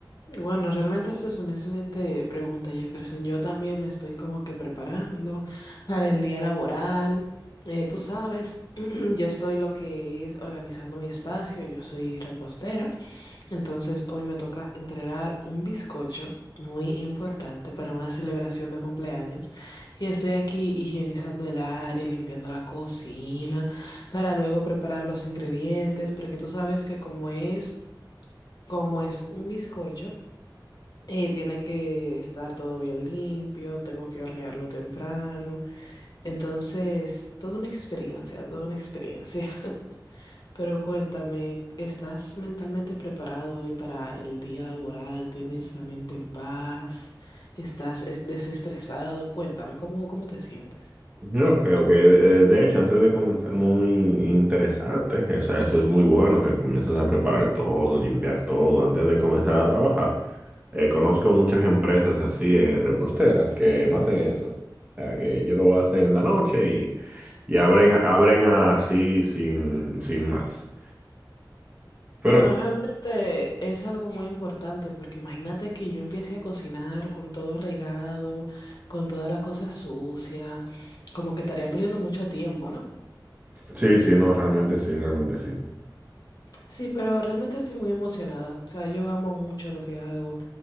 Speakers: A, on the left (about 60°); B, on the right (about 20°).
A: Bueno, realmente eso es una excelente pregunta, Jefferson. Yo también me estoy como que preparando para el día laboral. Eh, tú sabes, <clears throat> yo estoy lo que es organizando mi espacio. Yo soy repostera. Entonces hoy me toca entregar un bizcocho muy importante para una celebración de cumpleaños y estoy aquí higienizando el área, limpiando la cocina para luego preparar los ingredientes porque tú sabes que como es como es un bizcocho eh, tiene que estar todo bien limpio, tengo que hornearlo temprano, entonces toda una experiencia, toda una experiencia. Pero cuéntame, ¿estás mentalmente preparado hoy para el día laboral? ¿Tienes la mente en paz? ¿Estás es- desestresado? Cuéntame, ¿cómo, cómo te sientes?
B: Ok, ok. Eh, De hecho, antes de comentar, muy interesante. O sea, eso es muy bueno, que comiences a preparar todo, limpiar todo antes de comenzar a trabajar. Eh, conozco muchas empresas así, eh, reposteras, que no hacen eso. O sea, que ellos lo hacen en la noche y, y abren, abren así sin, sin más. Pero
A: Bueno, realmente es algo muy importante porque imagínate que yo empiece a cocinar con todo regado, con toda la cosa sucia, como que estaría perdiendo mucho tiempo, ¿no?
B: sí, sí, no, realmente sí, realmente sí.
A: Sí, pero realmente estoy muy emocionada. O sea, yo amo mucho lo que hago.